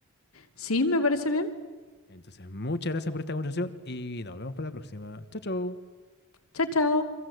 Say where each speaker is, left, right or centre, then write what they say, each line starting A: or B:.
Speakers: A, on the left; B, on the left.
A: Sí, me parece bien.
B: Entonces, muchas gracias por esta conversación y nos vemos para la próxima. Chao, chao.
A: Chao, chao.